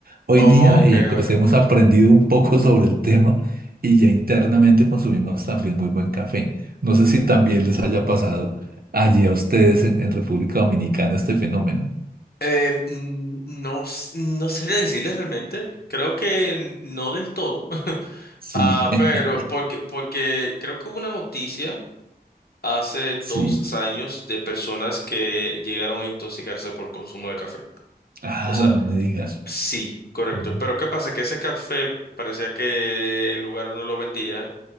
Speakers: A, on the right; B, on the left.
A: Hoy
B: Ok,
A: día eh, pues
B: ok, ok.
A: hemos aprendido un poco <laughs> sobre el tema y ya internamente consumimos también muy buen café. No sé si también les haya pasado allí a ustedes en, en República Dominicana este fenómeno.
B: Eh, mm, no, s- no sería decirles realmente. Creo que no del todo. <laughs>
A: Sí,
B: Ah,
A: <laughs>
B: pero porque, porque creo que hubo una noticia. hace dos
A: sí.
B: años de personas que llegaron a intoxicarse por el consumo de café.
A: Ah,
B: O sea,
A: no me digas.
B: sí, correcto.
A: Mm.
B: Pero ¿qué pasa? Que ese café parecía que el lugar donde lo vendían